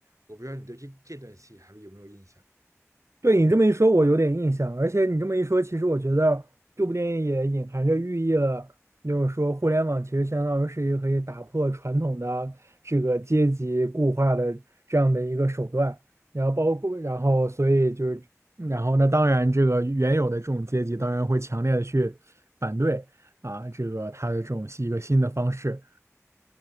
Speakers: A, on the right; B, on the right.
A: 我不知道你对这这段戏还有没有印象？
B: 对你这么一说，我有点印象。而且你这么一说，其实我觉得这部电影也隐含着寓意了，就是说互联网其实相当于是一个可以打破传统的这个阶级固化的这样的一个手段。然后包括，然后所以就是，然后那当然这个原有的这种阶级当然会强烈的去反对啊，这个他的这种是一个新的方式。